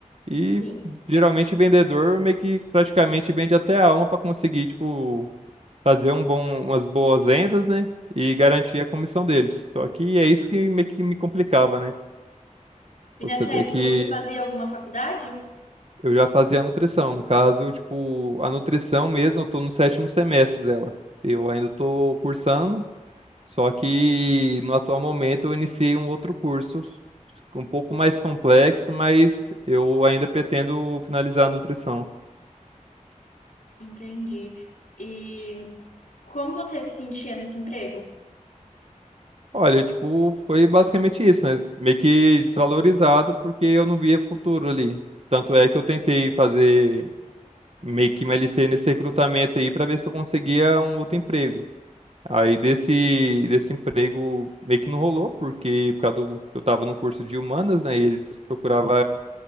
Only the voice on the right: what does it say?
E
geralmente vendedor meio que praticamente vende até a alma para conseguir, tipo, fazer um bom, umas boas vendas, né? E garantir a comissão deles. Só que é isso que meio que me complicava, né?
Você
tem
que.
Eu já fazia nutrição. No caso, tipo, a nutrição mesmo, eu tô no sétimo semestre dela. Eu ainda tô cursando. Só que no atual momento eu iniciei um outro curso um pouco mais complexo, mas eu ainda pretendo finalizar a nutrição.
Olha, tipo, foi basicamente isso, né? Meio que desvalorizado porque eu não via futuro ali. Tanto é que eu tentei fazer, meio que me alistei nesse recrutamento aí para ver se eu conseguia um outro emprego. Aí desse, desse emprego meio que não rolou, porque por causa do, eu tava num curso de humanas, né? E eles procuravam